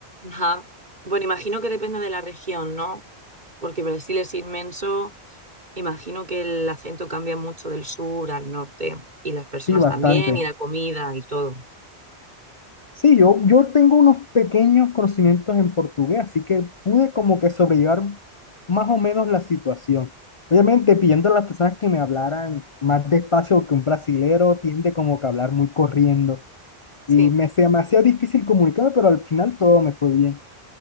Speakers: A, on the right; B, on the left.
A: ajá. Bueno, imagino que depende de la región, ¿no? Porque Brasil es inmenso. Imagino que el acento cambia mucho del sur al norte y las personas
B: Sí, bastante.
A: también y la comida y todo.
B: Sí, yo, yo tengo unos pequeños conocimientos en portugués, así que pude como que sobrellevar más o menos la situación. Obviamente, pidiendo a las personas que me hablaran más despacio que un brasilero tiende como que a hablar muy corriendo
A: Sí.
B: y me, se me hacía difícil comunicarme, pero al final todo me fue bien.